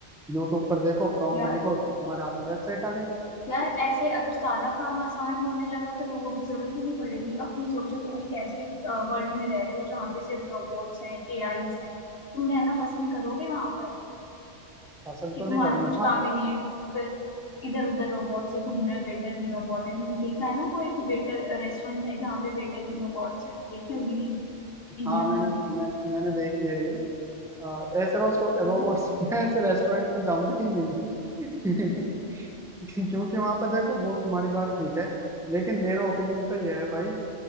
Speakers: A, in the centre; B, on the left.
A: यूट्यूब पर देखो प्रॉम्प्ट
B: या
A: लिखो तुम्हारे हाथ में वेबसाइट आ गई
B: यार ऐसे अगर सारा काम आसान होने लगा तो लोगों की जरूरत ही नहीं पड़ेगी अब तुम सोचो तुम एक ऐसे वर्ल्ड में रह रहे हो जहाँ पे सिर्फ रोबोट्स हैं एआईज हैं तुम रहना पसंद करोगे वहां पर
A: फसल तो
B: कि
A: नहीं
B: तुम्हारा
A: करूंगा
B: कुछ काम ही नहीं है फिर इधर उधर रोबोट से घूम रहे वेटर भी रोबोट है तुमने देखा है ना वो एक वेटर रेस्टोरेंट है जहाँ पे वेटर भी रोबोट्स हैं देखी होगी इंडिया
A: हाँ
B: में
A: मैंने
B: ही है
A: मैं, मैंने देखी है रील अ, ऐसे रोबोट्स
B: हम्म,
A: <laughs> मैं ऐसे रेस्टोरेंट पे जाऊंगा ही नहीं <laughs> क्यों- क्योंकि वहां पर देखो वो तुम्हारी बात ठीक है लेकिन मेरा ओपिनियन तो यह है भाई